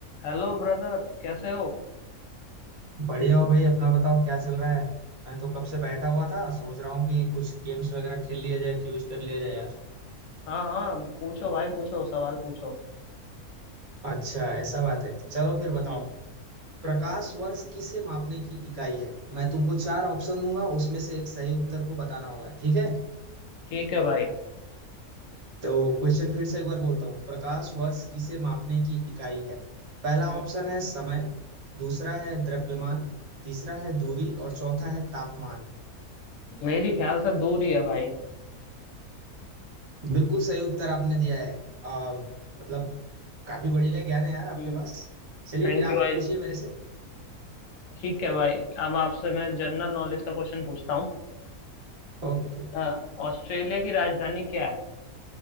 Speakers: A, on the left; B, on the right.
A: Hello brother कैसे हो
B: बढ़िया हो भाई अपना बताओ क्या चल रहा है मैं तो कब से बैठा हुआ था सोच रहा हूँ कि कुछ गेम्स वगैरह खेल लिया जाए क्यूज कर लिया जाए यार
A: हाँ हाँ पूछो भाई पूछो सवाल पूछो
B: अच्छा ऐसा बात है चलो फिर बताओ
A: हम्म
B: प्रकाश वर्ष किसे मापने की इकाई है मैं तुमको चार ऑप्शन दूंगा उसमें से एक सही उत्तर को बताना होगा ठीक है
A: ठीक है भाई
B: तो क्वेश्चन फिर से एक बार बोलता हूँ प्रकाश वर्ष किसे मापने की इकाई है पहला
A: हम्म
B: ऑप्शन है समय दूसरा है द्रव्यमान तीसरा है दूरी और चौथा है तापमान
A: मेरी ख्याल से दूर ही है भाई
B: बिल्कुल सही उत्तर आपने दिया है आ, मतलब काफी बढ़िया ज्ञान है यार आपके
A: हम्म,
B: पास चलिए
A: थैंक
B: फिर
A: यू
B: आप
A: भाई
B: पूछिए मेरे से
A: ठीक है भाई अब आपसे मैं जनरल नॉलेज का क्वेश्चन पूछता हूँ
B: ओके
A: अ, ऑस्ट्रेलिया की राजधानी क्या है